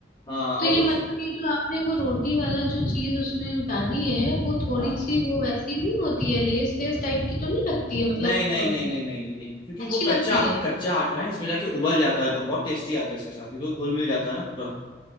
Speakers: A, on the left (about 25°); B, on the left (about 50°).
A: हाँ और
B: तो ये
A: कुछ
B: मतलब ये जो आपने वो रोटी वाला जो चीज उसमें डाली है वो थोड़ी
A: हाँ
B: सी वो वैसी नहीं होती है लेस लेस टाइप की तो नहीं लगती है मतलब
A: नहीं नहीं
B: अ,
A: नहीं नहीं नहीं नहीं नहीं। क्योंकि
B: अच्छी
A: वो
B: लगती
A: कच्चा
B: है
A: कच्चा आटा है इसमें जाके उबल जाता है तो बहुत टेस्टी आता है इसके साथ क्योंकि वो घुल मिल जाता है ना पूरा